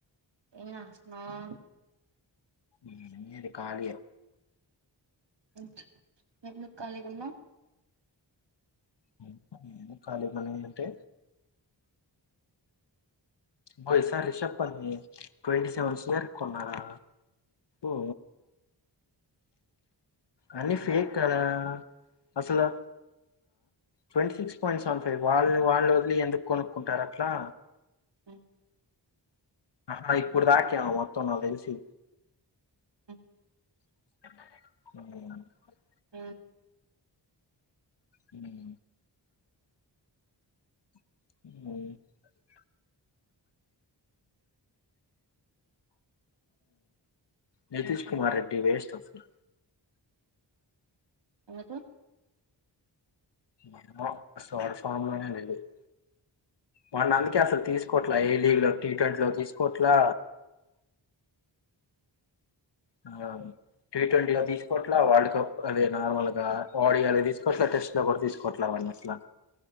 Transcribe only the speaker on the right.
ఏం చేస్తున్నావ్
ఎందుకు ఖాళీగా ఉన్నావ్
హుమ్
హుమ్
అ
ఎందుకు